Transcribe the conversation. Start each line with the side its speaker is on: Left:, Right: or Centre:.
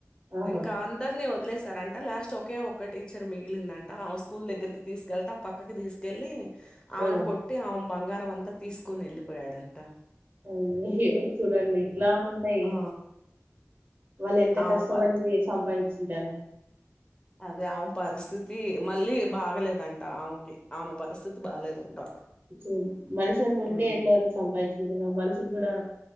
Right: ఆహా
Left: ఇంకా అందరిని వదిలేస్తారంట లాస్ట్ ఒకే ఒక టీచర్ మిగిలిందం ట ఆమె స్కూల్ దగ్గరికి తీసుకెళ్తా ఆ పక్కకి తీసుకెళ్ళి ఆమెను
Right: ఆ
Left: కొట్టి ఆమ్ బంగారం అంతా తీసుకోని వెళ్ళిపోయాడంట
Right: అయ్యాయో చూడండి ఇట్లా ఉంటాయి
Left: ఆ
Right: వాళ్ళు ఎంత
Left: ఆమె
Right: కష్టపడి
Left: పరి
Right: సంపాదించింటారో
Left: అదే ఆమె పరిస్థితి మళ్ళీ బాగలేదంట ఆమెకి ఆమె పరిస్థితి బాలేదంట
Right: చూ మనిషన్న ఉంటే
Left: ఉమ్
Right: ఏట్లో గట్ల అయితే సంపాదించుకుంటుంనము మనుషులు కూడా